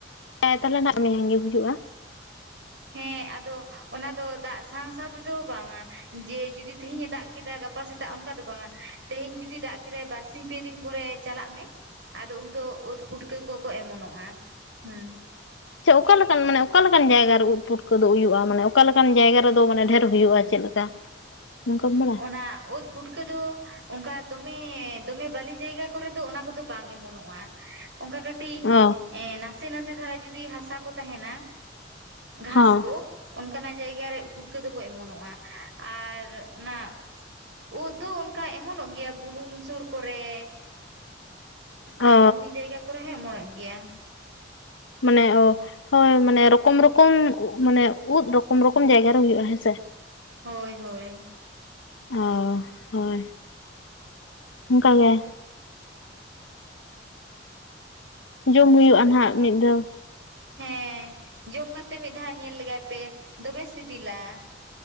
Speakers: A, on the left (about 80°); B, on the right (about 75°).
A: ᱛᱟᱦᱞᱮ ᱱᱟᱦᱟᱜ ᱜᱮ ᱦᱩᱭᱩᱜᱼᱟ
B: ᱦᱮᱸ ᱟᱫᱚ ᱚᱱᱟ ᱫᱚ ᱫᱟᱜ ᱥᱟᱶ ᱥᱟᱶ ᱛᱮᱫᱚ ᱵᱟᱝᱟ ᱡᱮ ᱡᱩᱫᱤ ᱛᱮᱦᱤᱧ ᱮ ᱫᱟᱜ ᱠᱮᱫᱟ ᱜᱟᱯᱟ ᱥᱮᱛᱟᱜ ᱚᱱᱠᱟ ᱫᱚ ᱵᱟᱝᱟ ᱛᱮᱦᱮᱧ ᱡᱩᱫᱤ ᱫᱟᱜ ᱠᱮᱫᱟᱭ ᱵᱟᱨᱥᱤᱧ ᱯᱮ ᱫᱤᱱ ᱯᱚᱨᱮ ᱪᱟᱞᱟᱜ ᱢᱮ ᱟᱫᱚ ᱩᱱᱫᱚ ᱳᱫ ᱯᱩᱴᱠᱟᱹ ᱠᱚᱠᱚ ᱚᱢᱚᱱᱚᱜᱼᱟ ᱦᱮᱸ
A: ᱪᱮ ᱚᱠᱟ ᱞᱮᱠᱟᱱ ᱢᱟᱱᱮ ᱚᱠᱟ ᱞᱮᱠᱟᱱ ᱡᱟᱭᱜᱟ ᱩᱫ ᱯᱩᱴᱠᱟᱹ ᱫᱚ ᱦᱩᱭᱩᱜᱼᱟ ᱢᱟᱱᱮ ᱚᱠᱟ ᱞᱮᱠᱟᱱ ᱡᱟᱭᱜᱟ ᱨᱮᱫᱚ ᱢᱟᱱᱮ ᱰᱷᱮᱨ ᱦᱩᱭᱩᱜᱼᱟ ᱪᱮᱫ ᱞᱮᱠᱟ ᱚᱱᱠᱟᱢ ᱵᱟᱲᱟᱭᱟ
B: ᱚᱱᱟ ᱚᱛ ᱯᱩᱴᱠᱟᱹ ᱫᱚ ᱚᱱᱠᱟ ᱫᱚᱢᱮ ᱫᱚᱢᱮ ᱵᱟᱹᱞᱤ ᱡᱟᱭᱜᱟ ᱠᱚᱨᱮ ᱫᱚ ᱚᱱᱟ ᱠᱚᱫᱚ ᱵᱟᱝ ᱮᱢᱚᱱᱚᱜᱼᱟ ᱚᱱᱠᱟ ᱠᱟᱹᱴᱤᱡ
A: ᱚ
B: ᱮ ᱱᱟᱥᱮ ᱱᱟᱥᱮ ᱫᱷᱟᱨᱟ ᱡᱚᱫᱤ ᱦᱟᱥᱟ ᱠᱚ ᱛᱟᱦᱮᱱᱟ ᱜᱷᱟᱥ
A: ᱦᱚᱸ
B: ᱠᱚ ᱚᱱᱠᱟᱱᱟᱜ ᱡᱟᱭᱜᱟ ᱨᱮ ᱯᱩᱴᱠᱟᱹ ᱫᱚᱠᱚ ᱮᱢᱚᱱᱚᱜᱼᱟ ᱟᱨ ᱚᱱᱟ ᱩᱫ ᱫᱚ ᱚᱱᱠᱟ ᱮᱢᱚᱱᱚᱜ ᱜᱮᱭᱟ ᱵᱩᱞᱩᱝ ᱥᱩᱨ ᱠᱚᱨᱮ ᱟᱨ
A: ᱚ
B: ᱮᱢᱱᱤ ᱡᱟᱭᱜᱟ ᱠᱚᱨᱮ ᱦᱚᱸ ᱮᱢᱚᱱᱚᱜ ᱜᱮᱭᱟ
A: ᱢᱟᱱᱮ ᱚ ᱦᱳᱭ ᱢᱟᱱᱮ ᱨᱚᱠᱚᱢ ᱨᱚᱠᱚᱢ ᱢᱟᱱᱮ ᱩᱫ ᱨᱚᱠᱚᱢ ᱨᱚᱠᱚᱢ ᱡᱟᱭᱜᱟᱨᱮ ᱦᱩᱭᱩᱜᱼᱟ ᱦᱮᱸᱥᱮ
B: ᱦᱳᱭ ᱦᱳᱭ
A: ᱚ ᱦᱳᱭ ᱚᱱᱠᱟᱜ ᱜᱮ ᱡᱚᱢ ᱦᱩᱭᱩᱜᱼᱟ ᱱᱟᱦᱟᱜ ᱢᱤᱫ ᱫᱷᱟᱣ
B: ᱦᱮᱸ ᱡᱚᱢ ᱠᱟᱛᱮᱫ ᱢᱤᱫ ᱫᱷᱟᱣ ᱧᱮᱞ ᱞᱮᱜᱟᱭ ᱯᱮ ᱫᱚᱢᱮ ᱥᱤᱵᱤᱞᱟ